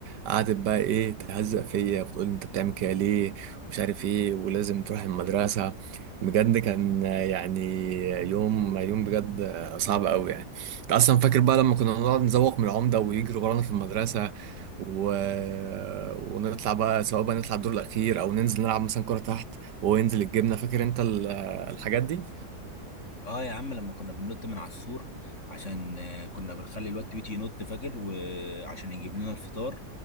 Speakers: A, on the right; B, on the left.
A: قعدت بقى ايه تهزق فيا بتقول انت بتعمل كده ليه ومش عارف ايه ولازم تروح المدرسة بجد كان آه، يعني يوم يوم بجد آه، صعب قوي يعني انت اصلا فاكر بقى لما كنا نقعد نزوق من العمدة ويجري ورانا في المدرسة و... ونطلع بقى سواء بقى نطلع الدور الاخير او ننزل نلعب مثلا كرة تحت وينزل الجبنة فاكر انت ال- الحاجات دي
B: اه يا عم لما كنا بننط من على السور عشان آه، كنا بنخلي الواد تويتي ينط فاكر وعشان يجيب لنا الفطار